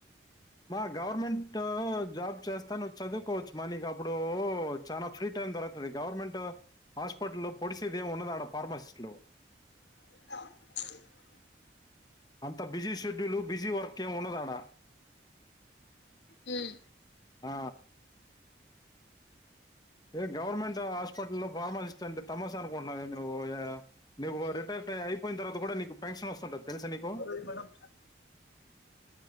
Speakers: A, on the left (about 20°); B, on the left (about 75°).
A: మా గవర్నమెంట్ జాబ్ చేస్తా నువ్వు చదువుకోవచ్చు మా నీకు అప్పుడు చాలా ఫ్రీ టైం దొరుకుతుంది గవర్నమెంట్ ట్ హాస్పిటల్ లో పొడిసేదేం ఉండదాడ ఫార్మాసిస్ట్లు
B: ప్చ్
A: అంత బిజీ షెడ్యూలు బిజీ వర్కేం ఉండదాడా
B: హ్మ్
A: ఆ ఏ గవర్నమెంట్ హాస్పిటల్లో ఫార్మసిస్ట్ అంటే తమాషా అనుకుంటున్నావేంది నువ్వు పోయ నువ్వు
B: ఇది
A: రిటైర్ అయిపోయిన తర్వాత కూడా నీకు పెన్షన్ వస్తుంటది తెలుసా నీకు?
B: ఓయ్ మేడం